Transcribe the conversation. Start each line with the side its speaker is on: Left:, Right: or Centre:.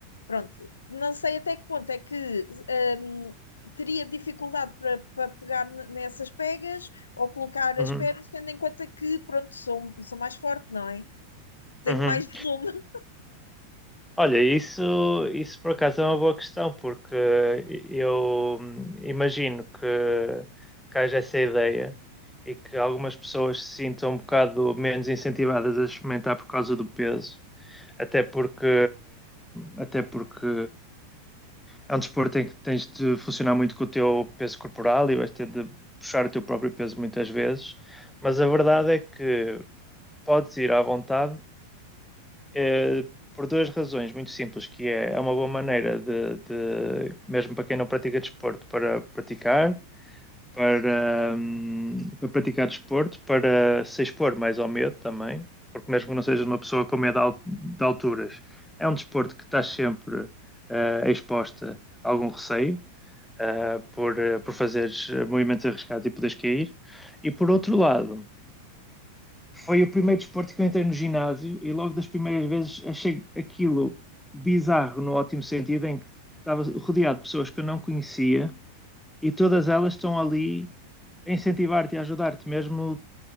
Left: pronto. Não sei até que ponto é que ehm, teria dificuldade para para pegar n- nessas pegas ou colocar
Centre: Uhum,
Left: as pernas, tendo em conta que, pronto, sou, sou mais forte, não é? Tenho
Centre: uhum.
Left: mais volume.
Centre: Olha, isso, isso por acaso é uma boa questão, porque eu imagino que, que haja essa ideia e que algumas pessoas se sintam um bocado menos incentivadas a experimentar por causa do peso, até porque, até porque é um desporto em que tens de funcionar muito com o teu peso corporal e vais ter de puxar o teu próprio peso muitas vezes, mas a verdade é que podes ir à vontade eh, por duas razões muito simples, que é, é uma boa maneira de, de, mesmo para quem não pratica desporto, para praticar, para, hum, para praticar desporto, para se expor mais ao medo também, porque mesmo que não sejas uma pessoa com medo de al- de alturas, é um desporto que estás sempre eh, exposta a algum receio. eh, por, eh, por fazeres eh, movimentos arriscados e poderes cair, e por outro lado, foi o primeiro desporto que eu entrei no ginásio e logo das primeiras vezes achei aquilo bizarro no ótimo sentido em que estava rodeado de pessoas que eu não conhecia e todas elas estão ali a incentivar-te e a ajudar-te, mesmo